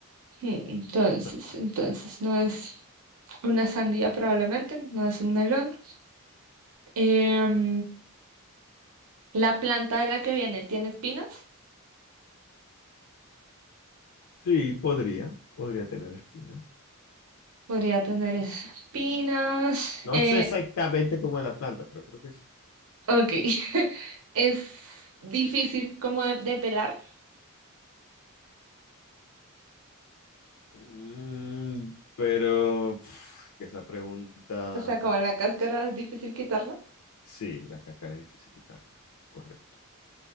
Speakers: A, on the right; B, on the left.
A: Hmm, Entonces,
B: <laughs>
A: entonces no es una sandía probablemente, no es un melón. Em, la planta de la que viene tiene espinas.
B: Sí, podría, podría tener espina.
A: Podría tener espinas.
B: No
A: Eh,
B: sé exactamente cómo es la planta, pero creo que sí.
A: ok. <laughs> Es difícil como de, de pelar.
B: Mm, pero pf, que esa pregunta,
A: O sea, como la cáscara es difícil quitarla.
B: sí, la cáscara es difícil quitarla. Correcto.